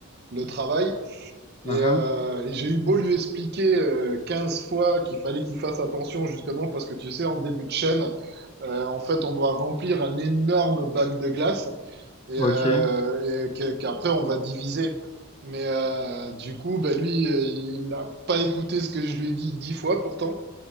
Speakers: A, on the right; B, on the left.
A: le travail. Et,
B: Hein
A: euh,
B: hein.
A: et j'ai eu beau lui expliquer euh, 15 fois qu'il fallait qu'il fasse attention justement parce que tu sais, en début de chaîne, euh, en fait, on doit remplir un énorme bac de glace et,
B: OK.
A: euh, et qu'après on va diviser. Mais euh, du coup, bah lui, euh, il n'a pas écouté ce que je lui ai dit dix fois pourtant.